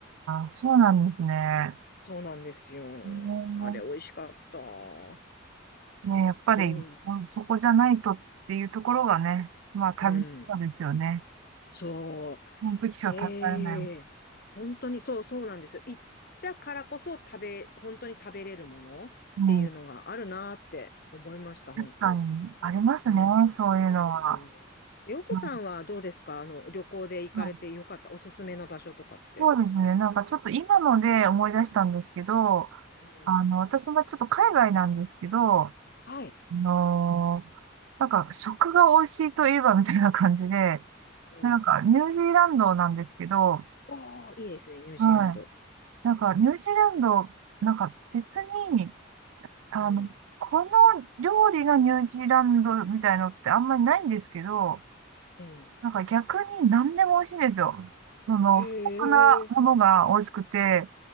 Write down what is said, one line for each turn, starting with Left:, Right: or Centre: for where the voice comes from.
Right: あ、そうなんですね。へ
Left: そうなんですよ。
Right: え
Left: あれ美味しかった。ど
Right: ね、やっぱりそ、
Left: う
Right: そこじゃないとっていうところがね、まあ旅そうですよね。
Left: うん。そう。
Right: その時しか食べられない。
Left: ええ本当にそうそうなんですよ。行ったからこそ食べ、本当に食べれるものっていうのがあるなーって思いました、
Right: うん、うん確かにありますね、
Left: 本当。うん。
Right: そういうのは。
Left: えっと、洋子さんはどうですかあの、
Right: うん
Left: 旅行で行かれてよかった、
Right: うん
Left: おすすめの場所とかって。
Right: そうですね、なんかちょっと今ので思い出したんですけど、
Left: うん。
Right: あの、私がちょっと海外なんですけど、あ
Left: はい。
Right: のーなんか食が美味しいといえばみたいな感じで、
Left: うん。
Right: なんかニュージーランドなんですけど、は
Left: おー、いいですね、
Right: い。
Left: ニュージーランド。
Right: なんかニュージーランド、なんか別に、あの、
Left: うん。
Right: この料理がニュージーランドみたいのってあんまりないんですけど、
Left: うん。
Right: なんか逆に何でも美味しいんですよ。その素朴なものが美味しくて、
Left: へえ。